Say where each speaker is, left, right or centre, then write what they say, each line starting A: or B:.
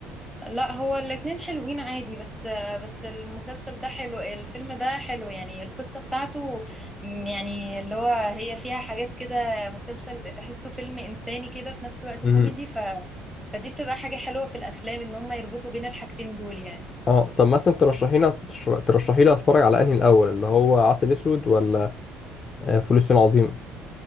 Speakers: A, in the centre; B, on the left (about 40°).
A: لا هو الاتنين حلوين عادي بس بس المسلسل ده حلو الفيلم ده حلو يعني القصة بتاعته م- يعني اللي هو هي فيها حاجات كده مسلسل تحسه فيلم إنساني كده في نفس الوقت
B: امم
A: كوميدي ف... فدي بتبقى حاجة حلوة في الأفلام إن هم يربطوا بين الحاجتين دول يعني
B: اه طب مثلا ترشحي لي ترش- ترشحي لي أتفرج على أنهي الأول اللي هو عسل أسود ولا آه، فول الصين العظيم